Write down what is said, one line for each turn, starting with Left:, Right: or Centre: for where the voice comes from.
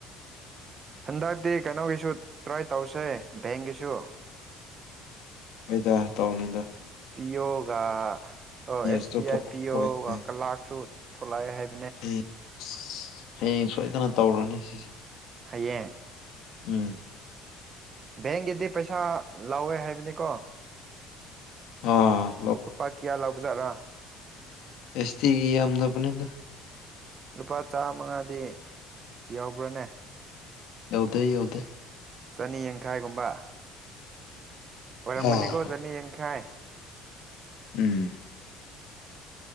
Right: ꯍꯟꯗꯛꯇꯤ ꯀꯩꯅꯣꯒꯤꯁꯨ ꯇ꯭ꯔꯥꯏ ꯇꯧꯁꯦ ꯕꯦꯡꯒꯤꯁꯨ
Left: ꯍꯩ ꯇ ꯇꯥꯎꯅꯤꯗ
Right: ꯄꯤꯌꯣꯒ ꯑꯣ
Left: ꯄꯤ
Right: ꯑꯦꯁ
Left: ꯑꯦꯁꯇꯣ
Right: ꯕꯤ
Left: ꯊꯣꯛꯑꯦ
Right: ꯑꯥꯏ ꯄꯤꯌꯣꯒ
Left: ꯍꯥꯏ
Right: ꯀꯂꯥꯔꯁꯨ ꯊꯣꯛꯂꯛꯑꯦ ꯍꯥꯏꯕ
Left: ꯍꯌꯦꯡ ꯑꯁ ꯍꯌꯦꯡ ꯁꯣꯏꯗꯅ ꯇꯧꯔꯨꯅꯤ ꯁꯤꯁꯦ
Right: ꯍꯌꯦꯡ
Left: ꯎꯝ
Right: ꯕꯦꯡꯒꯤꯗꯤ ꯄꯩꯁꯥ ꯂꯥꯎꯋꯦ ꯍꯥꯏꯕꯅꯤꯀꯣ
Left: ꯑꯥ
Right: ꯂꯨꯄꯥ ꯀꯌꯥ ꯂꯥꯎꯕꯖꯥꯠꯔꯥ
Left: ꯑꯦꯁꯇꯤꯒꯤ ꯌꯥꯝꯗ ꯄꯨꯅꯤꯗ
Right: ꯂꯨꯄꯥ ꯆꯥꯃꯉꯥꯗꯤ ꯌꯥꯎꯕ꯭ꯔꯥꯅꯦ
Left: ꯌꯥꯗ ꯑꯣꯗꯦ
Right: ꯆꯅꯤ ꯌꯥꯡꯈꯥꯏꯒꯨꯝꯕ ꯑꯣꯏꯔꯝꯃꯅꯤꯀꯣ
Left: ꯑꯥ
Right: ꯆꯅꯤ ꯌꯥꯡꯈꯥꯏ
Left: ꯎꯝ